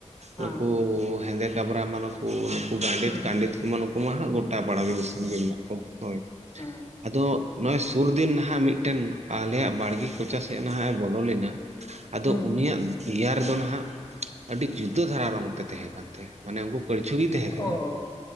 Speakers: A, on the left; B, on the right.
A: ᱦᱮᱸ
B: ᱱᱩᱠᱩ ᱦᱮᱸᱫᱮ ᱠᱟᱵᱽᱨᱟ ᱢᱟᱱᱮ ᱠᱩ ᱱᱩᱠᱩ ᱜᱟᱸᱰᱮᱛ
A: ᱦᱩᱸ
B: ᱠᱟᱸᱰᱮᱛ ᱠᱚᱢᱟ ᱱᱩᱠᱩ ᱢᱟ ᱦᱟᱸᱜ ᱜᱚᱴᱟ ᱯᱟᱲᱟ ᱜᱮ ᱫᱤᱥᱚᱢ ᱜᱮ ᱢᱮᱱᱟᱜ ᱠᱚᱣᱟ, ᱦᱳᱭ᱾
A: ᱦᱮᱸ
B: ᱟᱫᱚ ᱱᱚᱜ-ᱚᱭ ᱥᱩᱨ ᱫᱤᱱ ᱱᱟᱦᱟᱜ ᱢᱤᱫᱴᱮᱱ ᱟᱞᱮᱭᱟᱜ ᱵᱟᱲᱜᱮ ᱠᱚᱪᱟ ᱥᱮᱫ ᱱᱟᱦᱟᱜ-ᱮ ᱵᱚᱞᱚ ᱞᱮᱱᱟ, ᱟᱫᱚ
A: ᱦᱩᱸ
B: ᱩᱱᱤᱭᱟᱜ ᱫᱮᱭᱟ ᱨᱮᱫᱚ ᱱᱟᱦᱟᱜ ᱟᱹᱰᱤ ᱡᱩᱫᱟᱹ ᱫᱷᱟᱨᱟ ᱨᱚᱝ ᱛᱮ ᱛᱟᱦᱮᱸ ᱠᱟᱱ ᱛᱟᱭᱟ, ᱢᱟᱱᱮ ᱩᱱᱠᱩ ᱠᱟᱲᱪᱷᱩ ᱜᱮᱭ ᱛᱟᱦᱮᱸ ᱠᱟᱱᱟ,
A: ᱚ